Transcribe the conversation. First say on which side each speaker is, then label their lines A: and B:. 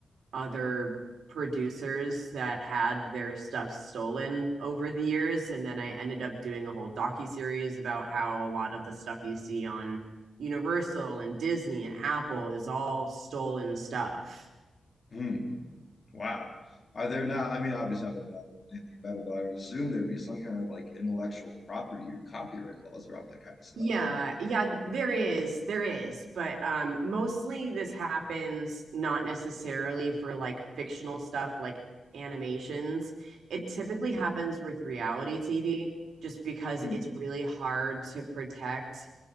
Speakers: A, on the right; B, on the left.
A: other producers that had their stuff stolen over the years and then I ended up doing a whole docu-series about how a lot of the stuff you see on Universal and Disney and Apple is all stolen stuff.
B: Hmm. Wow. Are there not, I mean, obviously, I don't know anything about it, but I would assume there'd be some kind of like intellectual property or copyright laws around that kind of stuff.
A: Yeah,
B: No?
A: yeah, there is, there is, but um mostly this happens not necessarily for like fictional stuff like animations. It typically happens with reality TV just because
B: Hmm.
A: it's really hard to protect